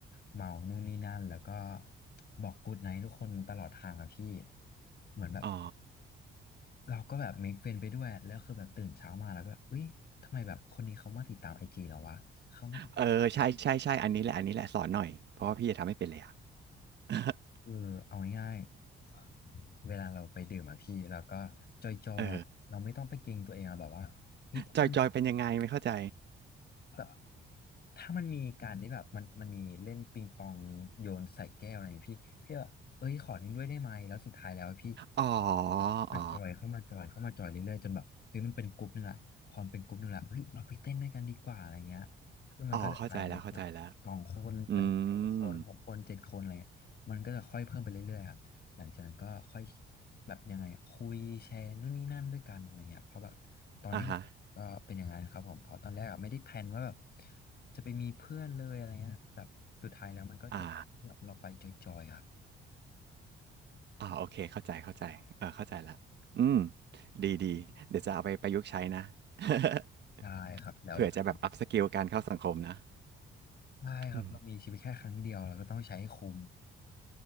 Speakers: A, on the left; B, on the right.
A: เมานู่นนี่นั่นแล้วก็บอกกูดไนท์ทุกคนตลอดทางอะพี่เหมือนแบบ
B: อ๋อ
A: เราก็แบบเมคเฟนไปด้วยแล้วคือแบบตื่นเช้ามาแล้วก็เอ้ยทำไมแบบคนนี้เขามาติดตามไอจีเราวะเขามาติด
B: เออใช่ใช่ใช่อันนี้แหละอันนี้แหละสอนหน่อยเพราะว่าพี่จะทำไม่เป็นเลยอ่ะ <laughs>
A: เออเอาง่ายๆ เวลาเราไปดื่มอะพี่เราก็จอยๆเราไม่ต้องไปเกรงตัวเองอะแบบว่าเฮ้ยมัน
B: เออจอยจอยเป็นยังไงไม่เข้าใจ
A: แบบถ้ามันมีการที่แบบมันมันมีเล่นปิงปองโยนใส่แก้วอะไรอย่างเงี้ยพี่พี่แบบเอ้ยขอเล่นด้วยได้ไหมแล้วสุดท้ายแล้วพี่
B: อ๋อ
A: มาจอยเข้ามาจอยเข้ามาจอยเรื่อยๆจนแบบเฮ้ยมันเป็นกลุ่มนึงละพอมันเป็นกลุ่มนึงละเฮ้ยเราไปเต้นด้วยกันดีกว่าอะไรเงี้ย
B: อ๋อ
A: ซึ่งมันก็จะไปแบบสองคนไปสี่คนหกคนเจ็ดคนอะไรเงี้ยมันก็จะค่อยเพิ่มไปเรื่อยๆครับหลังจากนั้นก็ค่อย
B: อ๋อเข้าใจแล้วเข้าใจแล้วอืม
A: แบบยังไงอะคุยแชร์นู่นนี่นั่นด้วยกันอะไรเงี้ยเพราะแบบตอนนี้ผมก็เป็นอย่างนั้นครับผมเพราะตอนแรกอะไม่ได้แพลนว่าแบบ
B: อ่าฮะ
A: จะไปมีเพื่อนเลยอะไรเงี้ยแต่สุดท้ายแล้วมันก็จบที่แบบเราไปจอยๆครับ
B: อ่าอ่าโอเคเข้าใจเข้าใจเออเข้าใจละอืมดีดีเดี๋ยวจะเอาไปประยุกต์ใช้นะ <laughs>
A: ได้ครับแล้วแบบ
B: เผื่อจะแบบอัพสกิลการเข้าสังคมนะ
A: ใช่ครับเรามีชีวิตแค่ครั้งเดียวเราก็ต้องใช้ให้คุ้ม
B: อืม